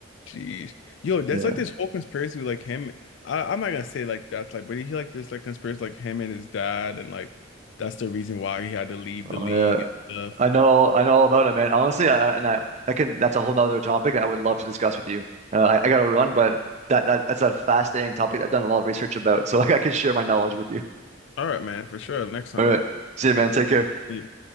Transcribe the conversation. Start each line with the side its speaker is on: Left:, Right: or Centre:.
Left: jeez. Yo, that's
Right: Yeah.
Left: like this whole conspiracy with like him. I, I'm not gonna say like that's like, but he like this like conspiracy like him and his dad, and like that's the reason why he had to leave
Right: Oh
Left: the league
Right: yeah.
Left: and stuff.
Right: I know, I know all about it, man. Honestly, I, and I, I can. That's a whole nother topic I would love to discuss with you. Uh, I, I got to run, but that, that that's a fascinating topic. I've done a lot of research about, so <laughs> like, I can share my knowledge with you.
Left: All right, man, for sure. Next time.
Right: All right, see you, man. Take care.
Left: See you.